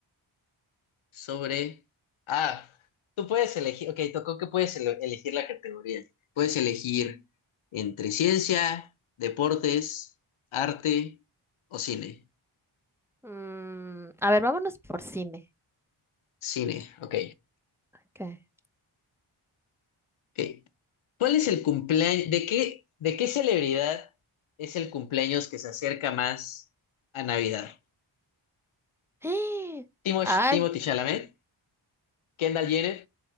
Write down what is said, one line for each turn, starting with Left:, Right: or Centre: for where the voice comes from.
Left: sobre, Ah, tú puedes elegir, ok, tocó que puedes ele- elegir la categoría. puedes elegir entre ciencia, deportes, arte o cine.
Centre: Mm, a ver, vámonos por cine.
Left: Cine, ok.
Centre: Ok.
Left: ok. ¿Cuál es el cumpleaños, de qué, de qué celebridad es el cumpleaños que se acerca más a Navidad?
Centre: <gasps>
Left: Timosh-
Centre: Ay,
Left: timothy Chalamet, Kendall Jenner,